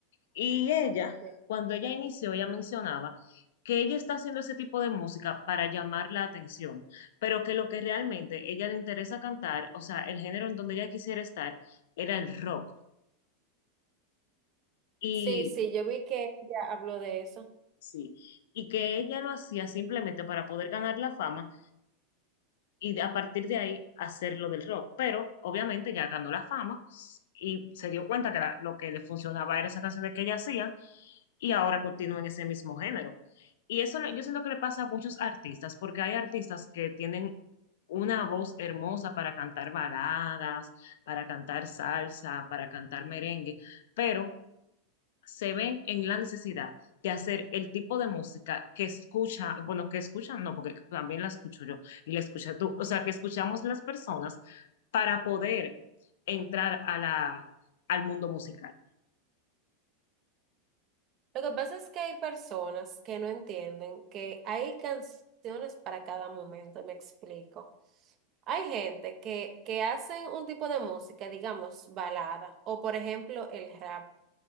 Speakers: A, on the left; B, on the right.
A: Y ella,
B: Sí.
A: cuando ella inició, ella mencionaba que ella está haciendo ese tipo de música para llamar la atención, pero que lo que realmente ella le interesa cantar, o sea, el género en donde ella quisiera estar, era el rock. Y
B: Sí, sí, yo vi que ella habló de eso.
A: sí, y que ella lo hacía simplemente para poder ganar la fama, y a partir de ahí hacer lo del rock. Pero obviamente ya ganó la fama y se dio cuenta que era- lo que le funcionaba era esa canción que ella hacía y ahora continúa en ese mismo género. Y eso le- yo siento que le pasa a muchos artistas, porque hay artistas que tienen una voz hermosa para cantar baladas, para cantar salsa, para cantar merengue, pero se ven en la necesidad de hacer el tipo de música que escucha, bueno, que escuchan, no, porque también la escucho yo y la escucha tú, o sea, que escuchamos las personas para poder entrar a la, al mundo musical.
B: Lo que pasa es que hay personas que no entienden que hay canciones para cada momento, me explico. Hay gente que, que hacen un tipo de música, digamos, balada, o por ejemplo el rap.